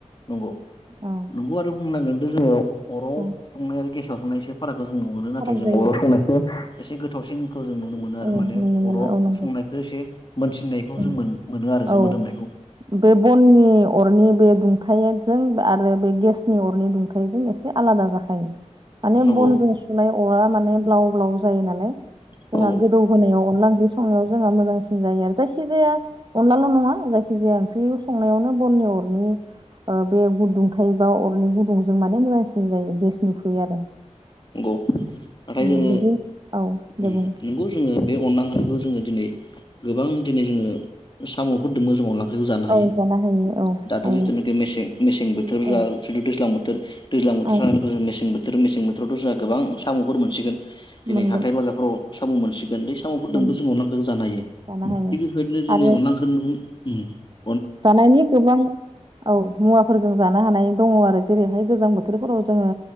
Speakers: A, on the left; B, on the right.
A: नंगौ
B: औ
A: नंगौ आरो बुंनांगोन दे जों अराव
B: औ
A: संनाय आरो गेसाव संनाय एसे फाराखौ जों। नुहरो
B: फाराग
A: नाथाय जों
B: जायो
A: अराव संनायखौ एसे गोथावसिन खौ जों नुनो मोनो। आरो
B: औ
A: माने
B: नुनो मोनो
A: अराव
B: औ नंगौ
A: संनायखौ एसे मोनसिननायखौ
B: उम
A: जों मोन मोनो आरो।
B: औ
A: जे मोदोमनायखौ
B: बे बननि अरनि बे दुंथायजों आरो बे गेसनि अरनि दुंथायाइजों एसे आलादा जाखायो। माने
A: नंगौ
B: बनजों सुनाय अरा माने ब्लाव ब्लाव जायो नालाय। जोंहा
A: औ
B: गोदौ होनायाव अनला ओंख्रि संनायाव जोंहा मोजांसिन जायो आरो। जायखि जाया अनलाल' नङा जायखि खिजाया ओंख्रि संनायावनो बननि अरनि बे गुदुं थबा अरनि गुदुंजों माने मोजांसिन जायो गेसनिख्रुइ आरो।
A: नंगौ नाथाय
B: उम
A: जोङो
B: बिदि औ
A: उम
B: दे बुं
A: नंगौ। जोङो बे अनला ओख्रिखौ जोङो दिनै गोबां दिनै जोङो साम'फोरदोंबो जोङो अनला ओंख्रिखौ जानो हायो।
B: औ हायो औ
A: दाथ'
B: हायो
A: जिथुनुखि मेसें मेसें बोथोर
B: औ
A: जा जिथु दैज्लां बोथोर दैज्लां बोथोर
B: औ
A: थानायानाय लोगो जो मेसें बोथोर मेसें बोथोरावथ' जोंहा गोबां साम'फोर मोनसिगोन। दिनै
B: मोनगोन
A: हाथाय बाजारफोराव साम' मोनसिगोन। साम'फोरदोंबो
B: मोनगोन
A: जों अनदलाओख्रिखौ जानो हायो।
B: जानो हायो
A: थिग बेबायदिनो जोङो
B: आरो
A: अनला ओंख
B: जानायनि गोबां औ मुवाफोरजों जानो हानाय दङ आरो। जेरैहाय गोजां बोथोरफोराव जोङो